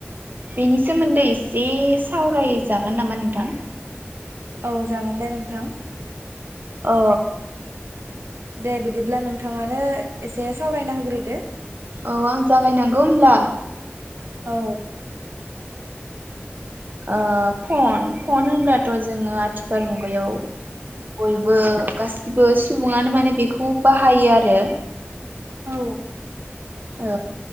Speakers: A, on the right; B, on the right.
A: बेनि सोमोन्दै एसे सावरायजागोन नामा नोंथां।
B: औ जागोनलै नोंथां।
A: औ।
B: दे बिदिब्ला नोंथाङानो। एसे सावरायना होग्रोदो।
A: औ आं जागायनांगौ होनब्ला।
B: औ।
A: ओ फन फन होनब्ला। थ जोङो आथिखाल मुगायाव। बयबो गासिब गो सुबुङानो माने। बेखौ बाहायो आरो।
B: औ
A: ओ